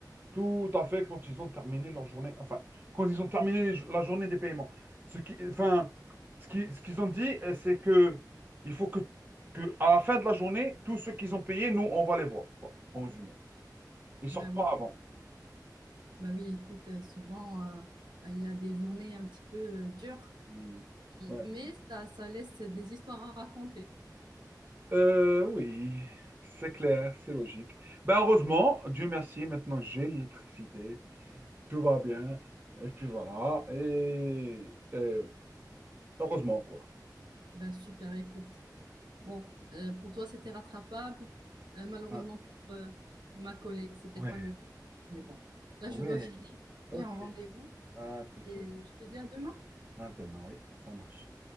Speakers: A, on the right; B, on the right.
A: Tout à fait, quand ils ont terminé leur journée, enfin, quand ils ont terminé les- la journée des paiements. Ce qui, enfin, ce qui- ce qu'ils ont dit, euh, c'est que il faut que, que à la fin de la journée, tous ceux qu'ils ont payés, nous, on va les voir, quoi, en résumé. Ils sortent
B: Bah oui.
A: pas avant.
B: Bah oui, écoute, euh, souvent, euh, bah, il y a des journées un petit peu euh, dures,
A: Mm. Ouais.
B: mais ça, ça laisse des histoires à raconter.
A: Euh, oui, c'est clair, c'est logique. Ben, heureusement, Dieu merci, maintenant j'ai l'électricité, tout va bien, et puis voilà, et euh, heureusement, quoi.
B: Bah super, écoute. Bon, euh, pour toi, c'était rattrapable. Euh, malheureusement,
A: Hein.
B: pour euh, ma collègue, c'était
A: Ouais,
B: pas le cas. Mais bon, là,
A: ouais,
B: je dois filer.
A: ok.
B: J'ai un rendez-vous
A: À tout
B: et je te dis à demain.
A: À demain, oui, ça marche.